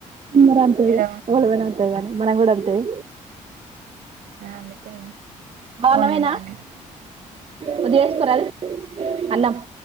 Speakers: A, on the right (about 45°); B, on the right (about 80°).
A: మర అంతే
B: ఈడ
A: గ ఎవళపోయిన అంతే గాని మనం కూడా అంతేగా.
B: అందుకే
A: బాగునమేనా.
B: పోనీలే అని
A: కొద్దిగేసుకోరాదు అన్నాం.